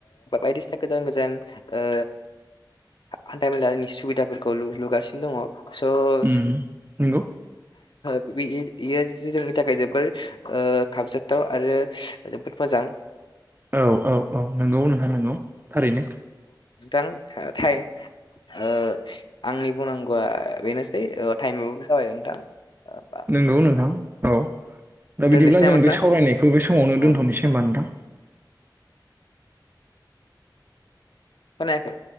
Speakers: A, on the left (about 80°); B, on the right (about 30°).
A: बायदिसिना गोजान गोदान ओ हान्था मेलानि सुबिदाफोरखौ लु-लुगासिनो दङ स'
B: उम नंगौ
A: बे-बेयो जोंनि थाखाय जोबोर खाबजाथाथाव आरो जोबोद मोजां
B: औ औ औ नंगौ नोंथां नंगौ थारैनो।
A: थां था थाय ओ आंनि बुंनांगौआ बेनोस सै ओ टाइमाबो जाबाय नोंथां ओ दे।
B: नोंगौ नोंथां औ। दा
A: दोननोसै
B: बिदिब्ला
A: नामा
B: जों बे
A: नोंथां
B: सावरायनायखौ बे समावनो
A: अ,
B: दोन्थ'नोसै
A: दे।
B: होनबा नोंथां।
A: खोनायाखै